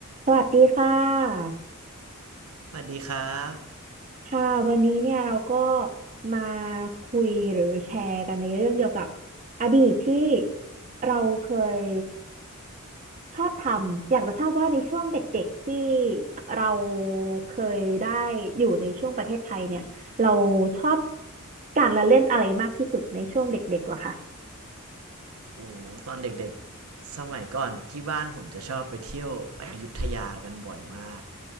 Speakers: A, on the right; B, on the right.
A: สวัสดีค่ะ
B: สวัสดีครับ
A: ค่ะวันนี้เนี่ยเราก็มาคุยหรือแชร์กันในเรื่องเกี่ยวกับอดีตที่เราเคยชอบทำอยากจะทราบว่าในช่วงเด็กๆที่เราเคยได้อยู่ในช่วงประเทศไทยเนี่ยเราชอบการละเล่นอะไรมากที่สุดในช่วงเด็กๆเหรอคะ
B: โอ้ตอนเด็กๆสมัยก่อนที่บ้านผมจะชอบไปเที่ยวอยุธยากันบ่อยมาก